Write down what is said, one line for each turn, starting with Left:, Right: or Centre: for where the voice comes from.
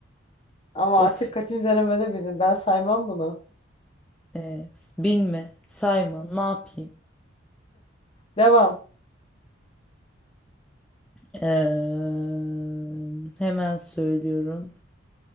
Left: Ama
Centre: Of.
Left: artık kaçıncı denemede bildin. Ben saymam bunu.
Centre: ee, bilme, sayma, ne yapayım?
Left: Devam.
Centre: Ee, hemen söylüyorum.